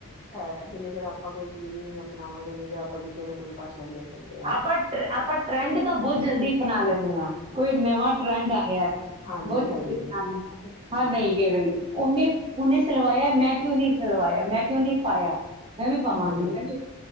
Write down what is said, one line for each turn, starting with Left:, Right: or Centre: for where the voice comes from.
Left: ਹੈ ਜਿੰਨਨੀ ਤੇ ਆਪਾਂ ਕੋਈ ਕਿਮ ਨੀ ਬਣਾਵਾਂਗੇ ਉਹੇ ਦੇ ਆਪਾਂ ਦੂਜਿਆਂ ਨੂੰ ਕੋਈ ਭਾਸ਼ਣ ਦੇ ਸਕਦੇ ਹਾਂ
Right: ਆਪਾਂ ਆਪਾਂ ਟਰੈਂਡ ਤਾਂ ਬਹੁਤ ਜਲਦੀ ਅਪਣਾ ਲੈਂਦੇ ਹਾਂ ਕੋਈ ਨਵਾਂ ਟਰੈਂਡ ਆਇਆ
Left: ਹਾਂਜੀ
Right: ਬਹੁਤ ਜਲਦੀ
Left: ਹਾਂਜੀ
Right: ਅਪਣਾਦੇ ਹਾਂ
Left: ਹਮ
Right: ਹਾਂ ਨਹੀਂ ਗ ਬਈ ਉਹਨੇ ਉਹਨੇ ਸਲਵਾਇਆ ਮੈਂ ਕਿਉਂ ਨੀ ਸਲਵਾਇਆ ਮੈਂ ਕਿਉਂ ਨਹੀਂੀ ਪਾਇਆ ਨਵੀ ਪਾਵਾਂਗੀ
Left: ਹਮ
Right: ਨੈਂਵ